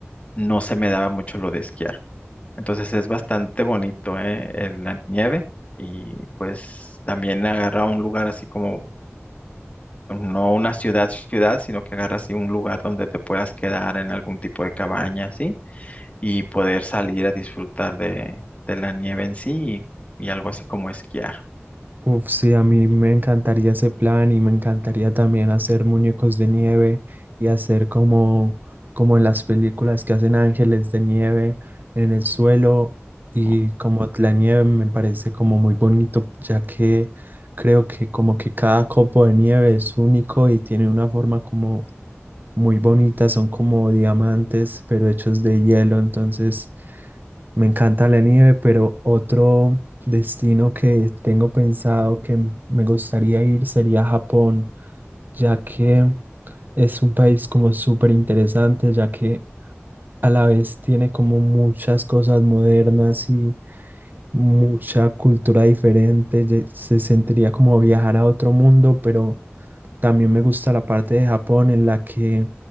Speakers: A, on the left; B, on the right.
A: no se me daba mucho lo de esquiar. Entonces es bastante bonito, ¿eh? el- La nieve y pues también agarra un lugar así como, no una ciudad, ciudad, sino que agarra así un lugar donde te puedas quedar en algún tipo de cabaña, ¿sí? y poder salir a disfrutar de, de la nieve en sí y, y algo así como esquiar,
B: Uf, sí, a mí me encantaría ese plan y me encantaría también hacer muñecos de nieve y hacer como, como en las películas que hacen ángeles de nieve en el suelo y
A: ¿no?
B: como la nieve me parece como muy bonito, ya que creo que como que cada copo de nieve es único y tiene una forma como muy bonitas, son como diamantes, pero hechos de hielo, entonces me encanta la nieve, pero otro destino que tengo pensado que m- me gustaría ir sería Japón, ya que es un país como súper interesante, ya que a la vez tiene como muchas cosas modernas y mucha cultura diferente, ye- se sentiría como viajar a otro mundo, pero también me gusta la parte de Japón en la que